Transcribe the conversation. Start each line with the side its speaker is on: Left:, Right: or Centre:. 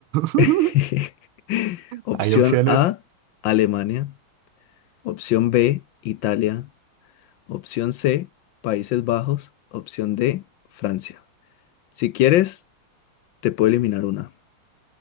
Right: <laughs>
Left: <laughs> Opción
Right: Hay opciones.
Left: A, Alemania. Opción B, Italia. Opción C, Países Bajos. Opción D, Francia. Si quieres, te puedo eliminar una.